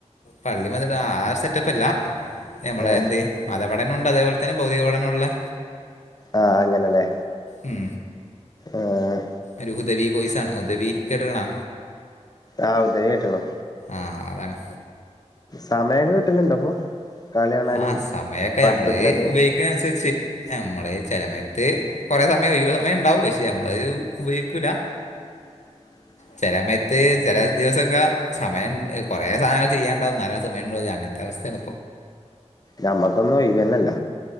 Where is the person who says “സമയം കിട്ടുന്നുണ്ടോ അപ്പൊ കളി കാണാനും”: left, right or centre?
Left